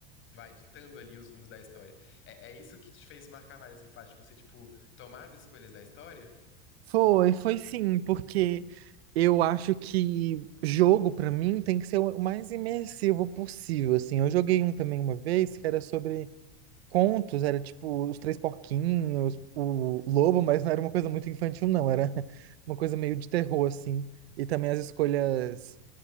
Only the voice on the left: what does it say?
vai ditando ali os rumos da história. É, é isso que te fez marcar mais, assim, o fato de você, tipo, tomar as escolhas da história?